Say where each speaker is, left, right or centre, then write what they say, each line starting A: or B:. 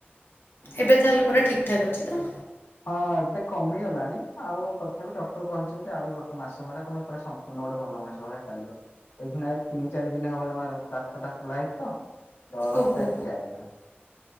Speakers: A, on the left; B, on the left.
A: ଏବେ ତାହେଲେ ପୁରା ଠିକ୍ ଠାକ୍ ଅଛି ତ।
B: ହଁ ଏବେ କମିଗଲାଣି ଆଉ ତଥାପି ଡକ୍ଟର କହିଚନ୍ତି ଆଉ ଗୋଟେ ମାସ ଭଳିଆ ତମେ ପୁରା ସ ପୁର୍ଣ ଗୋଟେ ଭଲ ମଣିଷ ଭଳିଆ ଚାଲିବ। ଏଇ ଶୁଣିଆ ଏଇ ତିନି ଚାରି ଦିନ ହବ ପ୍ଲାଷ୍ଟରଟା ଖୋଲା ହେଇଚି ତ। ଦରଜଟା
A: ଓହୋ
B: ଏତେ ଯାଇନା।